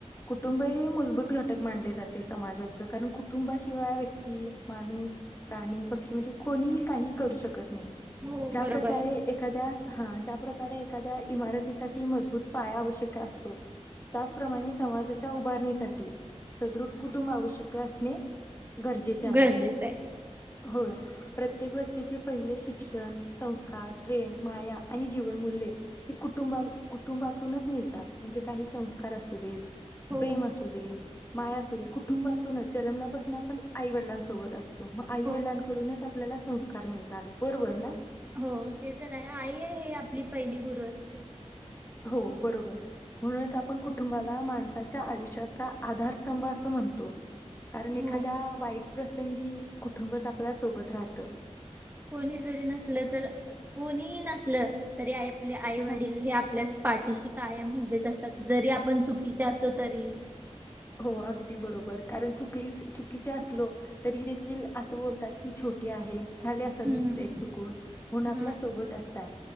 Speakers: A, on the left; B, on the right.
A: कुटुंब हे मूलभूत घटक मानले जाते समाजाच कारण कुटुंबाशिवाय व्यक्ती माणूस प्राणी, पक्षी म्हणजे कोणीही काही करू शकत नाही.
B: हो
A: ज्या
B: बरोबर
A: प्रकारे
B: आहे.
A: एखाद्या हा ज्या प्रकार कार एखाद्या इमारतीसाठी मजबूत पाया आवश्यक असतो त्याचप्रमाणे समाजाच्या उभारणीसाठी सदृढ कुटुंब आवश्यक असणे. गरजेचे आहे.
B: गरजेचं आहे.
A: होय प्रत्येक व्यक्तीचे पहिले शिक्षण, संस्कार, प्रेम, माया आणि जीवनमूल्ये हे कुटुंब कुटुंबातूनच मिळते. मिळतात म्हणजे काही संस्कार असू देत.
B: हो.
A: प्रेम असू दे. माया असू दे कुटुंबातूनच जन्मल्यापासून आपण आई वडिलांसोबत असतो. आई
B: हो
A: वडिलांकडूनच आपल्याला संस्कार मिळतात बरोबर ना.
B: हो ते तर आहे आई हे आपली पहिली गुरु असते. ह.
A: हो बरोबर म्हणूनच आपण कुटुंबाला माणसाच्या आयुष्याचा आधारस्तंभ असं म्हणतो कारण एखाद्या
B: हो.
A: वाईट प्रसंगी कुटुंबच आपल्या सोबत राहत
B: कोणी जरी नसल तर कोणीही नसल तरी आपले आई
A: हा
B: वडील हे आपल्या पाठीशी कायम हभेच असतात जरी आपण च चुकीचे असलो तरीही
A: हो अगदी बरोबर कारण चुक चुकीचे असलो तरी देखील अस बोलतात की छोटी आहे झाले असल
B: हम्म.
A: मिस्टेक चुकून म्हणून आपल्या
B: हा
A: सोबत असतात